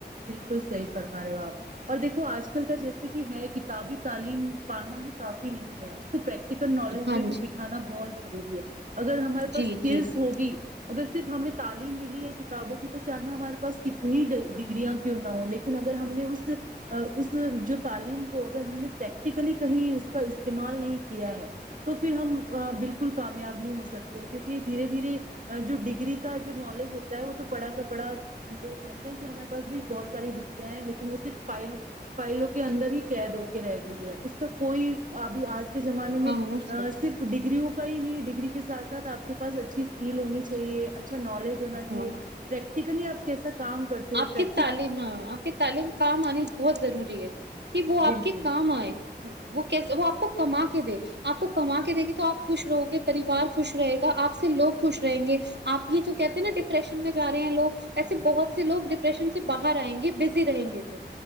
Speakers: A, on the right (about 45°); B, on the right (about 75°).
A: بالکل صحیح فرما رہے ہو آپ اور دیکھو آج کل کا جیسے کہ ہے کتابی تعلیم پڑھنا ہی کافی نہیں ہے اس کو پریک یکل نالج
B: ہاں
A: میں بھی بٹھانا بہت ضروری ہے اگر ہمارے
B: جی
A: پاس اسکلس
B: جی جی جی
A: ہوگی اگر صرف ہمیں تعلیم ملی ہے کتابوں کی تو چاہے ہمارے پاس کتنی ڈ یاں کی نہ ہ لیکن اگر ہم نے اس تعلیم کو اگر ہم نے پریکٹیکلی کہیں اس کا استعمال نہیں کیا ہے تو پھر ہم بالکل کامیاب نہیں ہو سکتے کیونکہ دھیرے دھیرے جو ڈگری کا جو نالج ہوتا ہے وہ تو پڑا کر پڑھا وہ کہتے ہیں کہ ہمیں س بھی بہت ساری ڈگیاں ہیں لیکن وہ صرف فائل فائلوں کے اندر ہی قید ہو کے رہ گئی ہے اس کا کوئی ابھی آج زمانے
B: ہاں
A: میں
B: اس
A: صرف ڈگریوں کے کوئی نہیں ڈگری کے سات ساتھ آ کے پاس اچھی اسکل ہونی چاہیے نالج ہونا چاہیے
B: ہاں
A: پریکٹیکلی آپ کیسا کام کرتے ہو
B: آپ کی
A: پریکٹک
B: تعلیم ہاں آپ کی تعلیم کام آنی بہت ضروری <inaudible> کہ وہ آپ
A: بالکل
B: کے کام آئے وہ کیسے وہ آپ کو کما کے دے آپ کو کما کے دے گی تو آپ خوش رہو گے پریوار خوش رہے گا آپ سے لوگ خوش رہیں گے آپ ہی جو کہتے ہیں نا ڈپریشن میں جا رہے ہیں لوگ ایسے بہت سے لوگ ڈپریشن سے باہر آئیں گے بزی رہیں گے تو